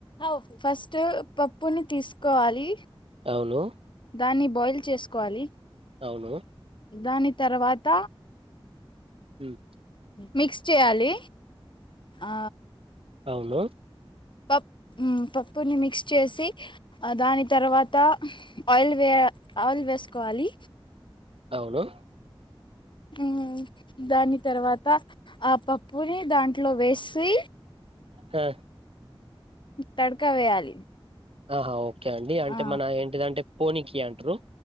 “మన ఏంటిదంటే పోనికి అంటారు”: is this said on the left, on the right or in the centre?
Right